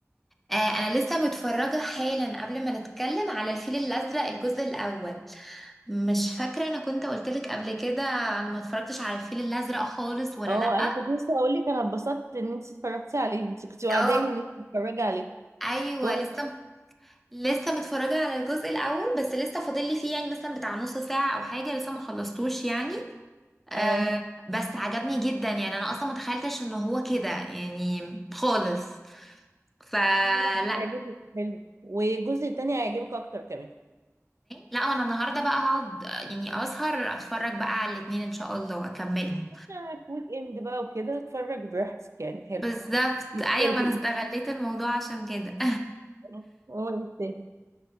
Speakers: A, in the centre; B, on the right.
A: آه انا لسه متفرجه حالا قبل ما نتكلم على الفيل الازرق الجزء الاول مش فاكره انا كنت قلتلك قبل كده انا ما اتفرجتش على الفيل الازرق خالص ولا
B: اه
A: لا
B: انا كنت لسه هقول لك انا اتبسطت ان انت اتفرجتي عليه انت كنت وعداني
A: اه
B: ان انت تتفرجي عليه
A: ايوه
B: كويس
A: لسه لسه متفرجة على الجزء الأول بس لسه فاضل لي فيه يعني مثلا بتاع نص ساعة أو حاجة لسه ما خلصتوش يعني آه
B: اه
A: بس عجبني جدا يعني أنا أصلا ما تخيلتش إن هو كده يعني خالص فلا
B: لا، هيعجبك حلو والجزء التاني هيعجبك اكتر كمان
A: لا أنا النهاردة بقى هقعد آه، يعني أسهر أتفرج بقى على الاتنين إن شاء الله وأكملهم
B: أنا في ويك اند بقى وكده اتفرج براحتك يعني حلو
A: بالظبط
B: يستاهل
A: أيوة ما أنا استغليت الموضوع عشان كده
B: <laughs> هو يستاهل